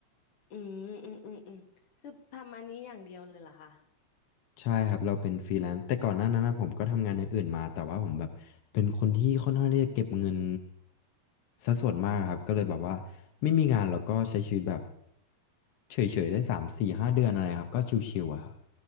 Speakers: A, on the left (about 55°); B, on the left (about 70°).
A: อืมอืมอืมอืมคือทำอันนี้อย่างเดียวเลยเหรอคะ
B: ใช่ครับเราเป็นฟรีแลนซ์แต่ก่อนหน้านั้นนะผมก็ทำงานอย่างอื่นมาแต่ว่าผมแบบเป็นคนที่ค่อนข้างที่จะเก็บเงินสัดส่วนมากครับก็เลยแบบว่าไม่มีงานเราก็ใช้ชีวิตแบบเฉยๆได้สามสี่ห้าเดือนอะไรครับก็ชิวๆอะครับ